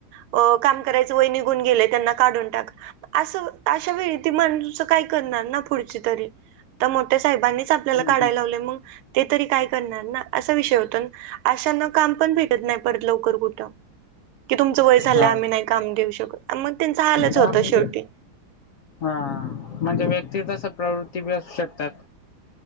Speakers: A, on the right; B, on the left.
A: अ काम करायचं वय निघून गेले त्यांना काढून टाका असं अशा वेळी ती माणस काय करणार ना पुडची तरी आ मोटी साहेबांनीच आपल्याला
B: हम्म,
A: काडायला
B: हम्म.
A: लावले मग ते तरी काय करणार ना असा विषय होत अशना काम पण भेटत नाही परत लवकर कुट की तुमचं वय झालं
B: हा
A: आम्ही नाही काम देऊ शकत मग त्यांच आलच
B: हा
A: होतं
B: म्हणजे
A: शेवटी
B: हा मणजे व्यक्ती तस प्रवृत्ती बी असू शकतात